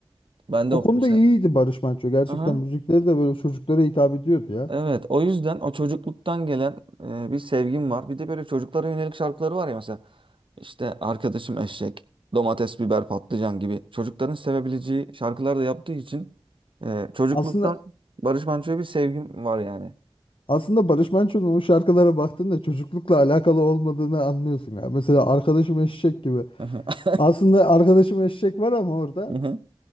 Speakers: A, on the right; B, on the left.
A: Ben
B: o
A: de o
B: konuda
A: işte.
B: iyiydi Barış Manço. Gerçekten
A: Aha.
B: müzikleri de böyle çocuklara hitap ediyordu ya.
A: Evet, o yüzden o çocukluktan gelen e, bir sevgim var. Bir de böyle çocuklara yönelik şarkıları var ya mesela. işte arkadaşım eşek, domates, biber, patlıcan gibi çocukların sevebileceği şarkılar da yaptığı için e, çocukluktan
B: Aslında
A: Barış Manço'ya bir sevgim var yani.
B: aslında Barış Manço'nun o şarkılara baktığında çocuklukla alakalı olmadığını anlıyorsun ya. Mesela Arkadaşım Eşek gibi.
A: Aha,
B: Aslında Arkadaşım Eşek var ama orada
A: aha,